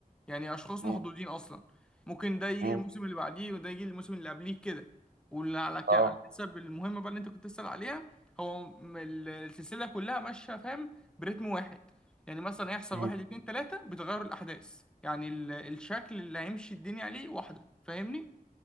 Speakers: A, in the centre; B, on the right (about 70°).
A: يعني اشخاص
B: مم.
A: محظوظين اصلا ممكن ده يجي
B: مم.
A: الموسم اللي بعديه وده يجي الموسم اللي قبليه كده واللي على ك-
B: اه
A: على حسب المهمه بقى اللي انت كنت تسأل عليها هو م- ال- السلسله كلها ماشيه فاهم برتم واحد يعني مثلا هيحصل
B: مم.
A: واحد اتنين تلاته بتغير الاحداث يعني ال- الشكل اللي هيمشي الدنيا عليه واحده فاهمني